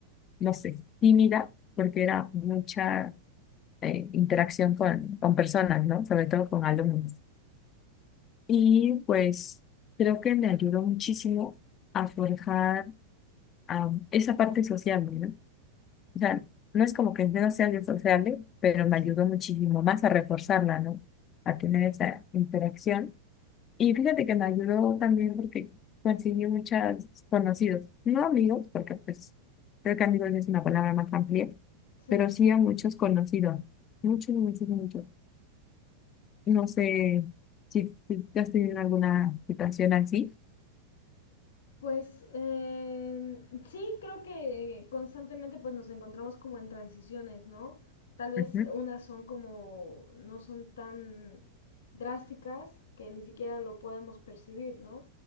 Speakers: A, on the left (about 30°); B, on the left (about 65°).
A: no sé, tímida porque era mucha eh, interacción con, con personas, ¿no? Sobre todo con alumnos. Y pues creo que me ayudó muchísimo a forjar ah, esa parte social, ¿no? O sea, no es como que no sea disociable, pero me
B: Sí,
A: ayudó muchísimo más a reforzarla, ¿no? A tener esa interacción. Y fíjate que me ayudó también porque conseguí muchos conocidos, no amigos, porque pues creo que amigos es una palabra más amplia,
B: sí.
A: pero sí a muchos conocidos, muchos, muchos, muchos. No sé si si tú has tenido alguna situación así.
B: Pues eh, sí, creo que constantemente pues nos encontramos como en transiciones, ¿no? Tal vez
A: Ujú,
B: unas son como, no son tan drásticas que ni siquiera lo podemos percibir, ¿no?